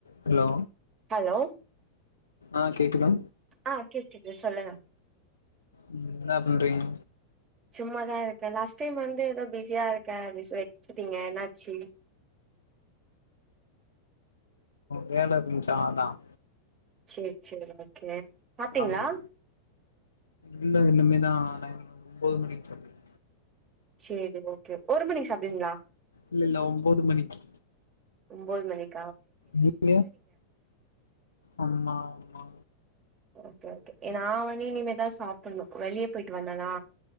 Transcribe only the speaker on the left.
hello
ஆஹ் கேட்குதா
உம் என்ன பண்றீங்க
வேலை இருந்துச்சா அதான்
ஆமா இல்ல இனிமேதா ஒம்பது மணிக்கு சாப்டாச்சு
இல்ல இல்ல ஒன்பது மணிக்கு
நீங்க ஆமா ஆமா